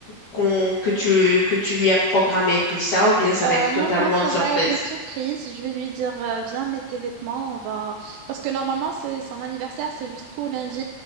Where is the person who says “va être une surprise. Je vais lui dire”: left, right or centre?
Right